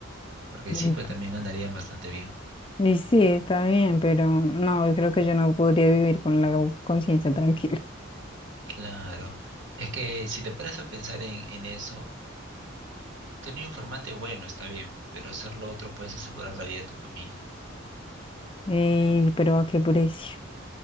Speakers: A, on the right; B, on the left.
A: porque
B: mal.
A: sí, pues también ganarían bastante bien.
B: Y sí, está bien, pero no, yo creo que yo no podría vivir con la conciencia tranquila.
A: Claro, es que si te pones a pensar en, en eso, tener un informante bueno está bien, pero hacer lo otro puedes asegurar la vida de tu familia.
B: <laughs> Ey, pero ¿a qué precio?